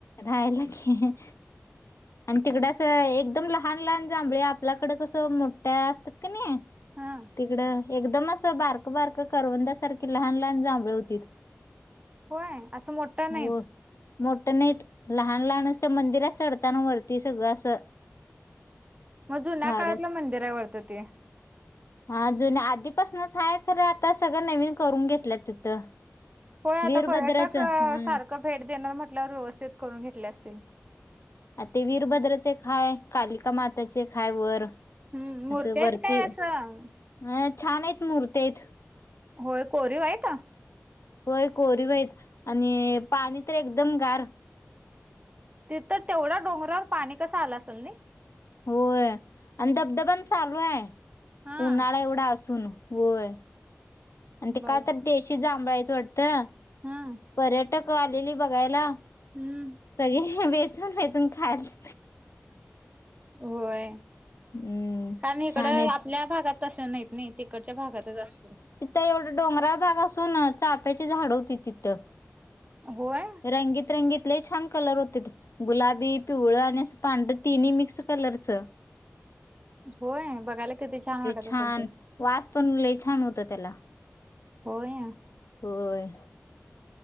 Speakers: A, on the left; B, on the right.
A: रायला की, आणि तिकड असं एकदम लहान लहान जांभळी आपल्याकड कसं मोठ असतात कणी
B: हा
A: तिकड एकदम असं बारक बारक करवंदा सारखी लहान लहान जांभळ होतीत.
B: होय असं मोठं
A: हो
B: नाहीत.
A: मोठं नाहीत लहान लहान अस मंदिरात चढताना वरती सगळं असं
B: म जुन्या
A: झाडच
B: काळातलं मंदिर हाय वाढत ते
A: <inaudible> हा जुन आधीपासनच हाय खरं आता सगळं नवीन करून घेतल्यात तिथं.
B: होय आता
A: वीरभद्राच
B: पर्यटक
A: हा
B: सारखं भेट देणार म्हटल्यावर व्यवस्थित करून घेटल्या असतील.
A: आ ते वीरभद्रचे एक हाय कालिकामातेचे एक हाय वर
B: हम्म मूर्ती
A: असं
B: आहेत
A: वरती
B: काय
A: अ
B: असं
A: छान हाईत मुर्त्या हाईत.
B: होय कोरीव आहित.
A: होय कोरीव हाईत आणि पाणी तर एकदम गार.
B: तिथ तेवढा डोंगरावर पाणी कसं आलं असल नई.
A: होय आणि धबधबानं चालू आहे
B: हा
A: उन्हाळा एवढा असून होय. आणि ते
B: बघ
A: काय तर देशी जांभाळ हाईत वाटतं
B: हा
A: पर्यटक आलेली बघायला.
B: हम्म.
A: सगळे वेचन वेचून खायलीत.
B: होय
A: हम्म
B: आणि इकडं
A: छान आहेत
B: आपल्या भागात तसं नाहीत नाही तिकडच्या भागातच असतं.
A: एवढा डोंगरा भाग असून चाफ्याची झाड होती तिथं
B: होय
A: रंगीत रंगीत लय छान कलर होतीत. गुलाबी पिवळ आणि असं पांढरं तिन्ही मिक्स कलरच
B: होय बघायला किती छान वाटत
A: छान
B: असेल ते
A: वास पण लय छान होत त्याला
B: होय
A: होय